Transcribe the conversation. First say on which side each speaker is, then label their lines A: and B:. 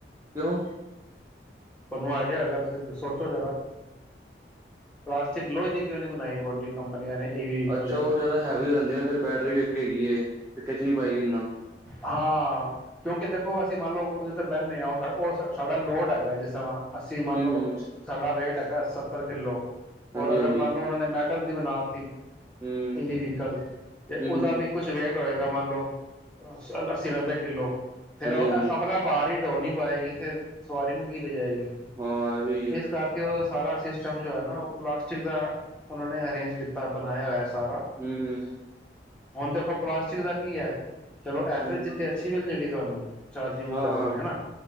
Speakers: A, on the right; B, in the centre.
A: ਕਿਉਂ
B: ਤੁਹਾਨੂੰ ਆਈਡੀਆ ਲਗਾ ਤੁਸੀਂ ਸੋਚੋ ਜ਼ਰਾ ਪਲਾਸਟਿਕ ਲੋਹੇ ਦੀ ਕਿਉਂ ਨੀ ਬਣਾਈ ਬੋਡੀ ਕੰਪਨੀਆਂ ਨੇ ਈਵੀ ਵਹੀਕਲ
A: ਅੱਛਾ
B: ਦੀ
A: ਉਹ ਜ਼ਿਆਦਾ ਹੈਵੀ ਹੋ ਜਾਂਦੀਆਂ ਨਾ ਫ਼ਿਰ ਬੈਟਰੀ ਵੀ ਗੀ ਇਹ ਤੇ ਕੱਚ ਨ ਪਾਏਗੀ ਇਨਾ <unintelligible>
B: ਹਾਂ ਕਿਉਂਕਿ ਦੇਖੋ ਅਸੀਂ ਮੰਨ ਲਓ ਉਹਦੇ ਤੇ ਬਹਿੰਨਦੇ ਹਾਂ ਉਹ ਉਹ ਸਾਡਾ ਲੋਡ ਹੈਗਾ ਜਿਸ ਤਰ੍ਹਾਂ ਅਸੀਂ ਮੰਨ
A: ਹੂੰ-ਹੂੰ,
B: ਲਓ ਸਾਡਾ ਵੇਟ ਸੱਤਰ ਕਿੱਲੋ
A: ਹਾਂਜੀ-ਹਾਂਜੀ,
B: ਔਰ ਅਗਰ ਮੰਨ ਲਓ ਉਹਨਾਂ ਨੇ ਮੈ ਟਲ ਦੀ ਮਨਾ ਸੀ <unintelligible>
A: ਹੂੰ।
B: ਇਹ ਵਹਿਕਲ ਤੇ
A: ਹੂੰ-ਹੂੰ,
B: ਉਹਦਾ ਵੀ ਕੁਛ ਵੇਟ ਹੋਏਗਾ ਮੰਨ ਲਓ ਅੱਸੀ ਨੱਬੇ ਕਿੱਲੋ ਫਿਰ
A: ਹਾਂਜੀ-ਹਾਂਜੀ,
B: ਉਹ ਆਪਣਾ ਬਾਹਰ ਹੀ ਢੋ ਨਹੀਂ ਪਾਏਗੀ ਤੇ ਸਵਾਰੀ ਨੂੰ ਕੀ ਬਜਾਏਗੀ
A: ਹਾਂ ਇਹ ਵੀ ਹੈ
B: ਇਸ ਕਰਕੇ ਉਹ ਸਾਰਾ ਸਿਸਟਮ ਜੋ ਹੈ ਨਾ ਉਹ ਪਲਾਸਟਿਕ ਦਾ ਉਹਨਾਂ ਨੇ ਅਰੇਂਜ ਕੀਤਾ ਬਣਾਇਆ ਹੋਇਆ ਸਾਰਾ
A: ਹਮ ਹਮ
B: ਹੁਣ ਦੇਖੋ ਪਲਾਸਟਿਕ ਦਾ ਕੀ ਹੈ ਚਲੋ ਐਵਰੇਜ
A: ਹੂੰ
B: ਜਿੱਥੇ ਅੱਛੀ ਮਿਲ ਜਾਵੇਗੀ ਤੁਹਾਨੂੰ ਚਾਰਜਿੰਗ
A: ਹਾਂ-ਹਾਂ,
B: ਕਰੋਗਾ ਹੈ ਨਾ